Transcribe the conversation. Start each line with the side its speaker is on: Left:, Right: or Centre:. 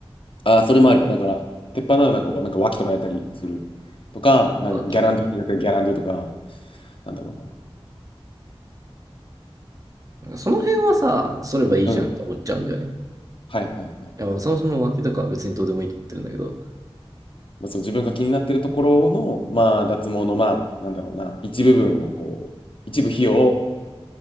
Left: ああー、それもあり。だから、鉄板ならなんか、なんか脇とかやったりする。とか、なんかギャランドゥやったりギャランドゥとか、
Right: 脇、うん
Left: なんだろうな。
Right: なんかその辺はさ、そればいいじゃんって思っちゃうんだよね。
Left: うん。
Right: い
Left: はいはいはい。
Right: や、まあそもそも脇とかは別にどうでもいいと思ってるんだけど、
Left: まあ、その自分が気になってるところの、まあ、脱毛の、まあ、なんだろうな、一部分をこう、一部費用を、